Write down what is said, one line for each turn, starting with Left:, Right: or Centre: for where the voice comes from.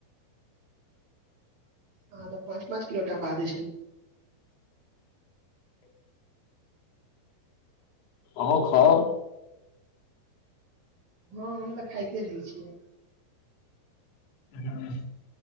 Right: हँ त पाँच पाँच किलो टपा दै छल
Left: अहो खाउ
Right: ह हम तऽ खाइते रहय छियै
Left: हूँ।